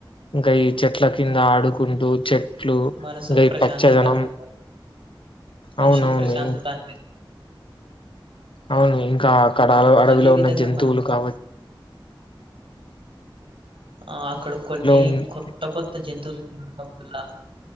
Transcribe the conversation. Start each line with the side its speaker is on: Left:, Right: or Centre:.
Left: ఇంకా ఈ చెట్ల
Right: అవును
Left: కింద ఆడుకుంటూ చెట్ ట్లు
Right: మనసుకు
Left: ఇంకా
Right: ప్రశాంతత
Left: ఈ పచ్చదనం
Right: అను మనుషుకు
Left: అవునవును
Right: ప్రశాంతత
Left: ఇన్
Right: అనిపిస్తుంది
Left: అవును ఇంకా అక్కడ
Right: ఆ,
Left: అడ్ అడవిలో
Right: అదే విధంగా
Left: ఉన్న జంతువులు
Right: మనం
Left: కావ
Right: ఆ అక్కడ కొన్ని
Left: ఉన్
Right: కొత్త కొత్త జంతువులు <unintelligible> వల్ల